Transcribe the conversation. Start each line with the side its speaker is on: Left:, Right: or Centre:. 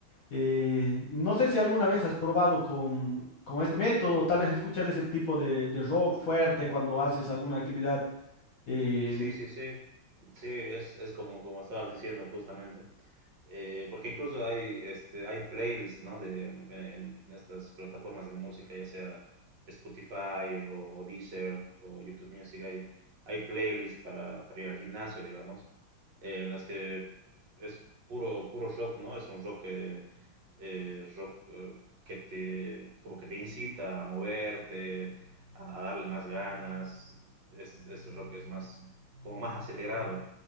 Left: Eh, no sé si alguna vez has probado con, con este método, tal vez escuchar ese tipo de, de rock fuerte cuando haces alguna actividad. Em,
Right: Sí, sí, sí. Sí, es, es como, como estabas diciendo justamente. Eh, porque incluso hay, este, hay playlists, ¿no? de- en, en estas plataformas de música, ya sea Spotify o, o Deezer o YouTube Music, hay, hay playlists para, para ir al gimnasio, digamos, eh, en las que es puro, puro rock, ¿no? Es un rock, eh, eh, rock eh, que te, como que te incita a moverte, a, a darle más ganas. Es, ese rock es más como más acelerado.